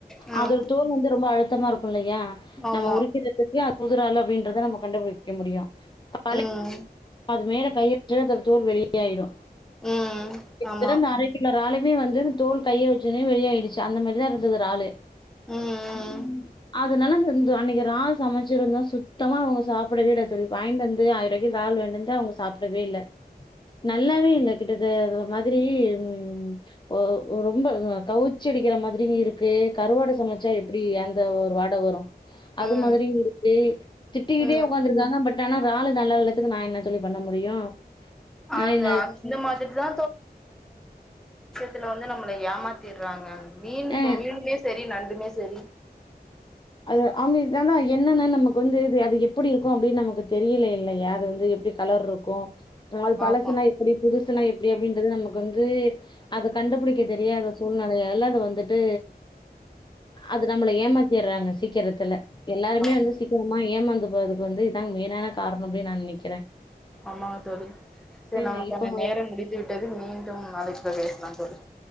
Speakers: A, in the centre; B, on the left.
A: ம்
B: அதோட தோல் வந்து ரொம்ப அழுத்தமா இருக்கும் இல்லையா
A: ஆமா
B: நம்ம உரிக்கிறதுக்கு புது இறால் அப்படின்றத நம்ம கண்டுபிடிக்க முடியும் பழைய
A: ம்
B: இறால்னா நம்ம அது மேல கைய வச்சா அதோட தோல் வெளியே ஆயிடு
A: ம்
B: கிட்டத்தட்ட
A: ஆமா
B: இந்த அரை கிலோ இறாலுமே வந் தோல் கையை வச்சதும் வெளி ஆயிடுச் சு அந்த மாரிதான் இருந்தது இறாலு
A: ம் ம்
B: ஆஹ அதனால து அன்னைக்கு இறால் சமைச்சிருந்த சுத் சுத்தமா அவங்க சாப்பிடவே இல்ல தோழி வாயிண்ட் வந்து ஆயிரய்க்கு டஜன் இறால் வாங்கிண்ட் வந்து சாப்பிடவே இல்ல நல்லாவே இல்ல கிட்டத ஒரு மாதிரி உம் ஓ ஓ ரொம்ப கவிச்சி அடிக்கிற மாதிரி இருக்கு கருவாடை சமைச்சா எப்படி அந்த ஒ ஒரு வாட வரும் அது
A: ம்
B: மாதிரி இருக்கு திட்டிக்கிட்டே
A: ம்
B: உட்காந்துருக்காங்க பட் ஆனா இறாலு நல்லா இல்லாததுக்கு நா என்ன தோழி பண்ண முடியும்
A: அது
B: நா என்ன
A: அந்த மாதிரிதா த்துல வந்து நம்மளை ஏமாத்தியிடுறாங்க மீன்
B: ஆ
A: மீனுமே செரி நண்டுமே சரி
B: அது அது தான் என்னன்னா நமக்கு வந்து அது எப்படி இருக்கும் அப்படின்னு நமக்கு தெரியல இல்லையா அது வந்து எப்படி கலர் இருக்கும் அது பழசுனா
A: ஆமா
B: எப்படி புதுசுனா எப் எப்படின்றது நமக்கு வந்து அத கண்டுபிடிக்க தெரியாத சூழ்நிலையால்ல அத வந்துட்டு அது நம்மளை ஏமாத்திறாங்க சீக்கிரத்துல எல்லாருமே
A: ஆமா
B: வந்து சீக்கிரமா ஏமாந்துப் அதுக்கு வந்து இதான் மெயின்னான காரன்னு நான் நெனைக்கிறேன்
A: ஆமாங்க தோழி சேரி நான்
B: அ
A: கொஞ்சம்
B: இப்போ
A: நேரம் முடித்து விட்டது மீண்டும் நாளைக்கு பேசலாம் தோழி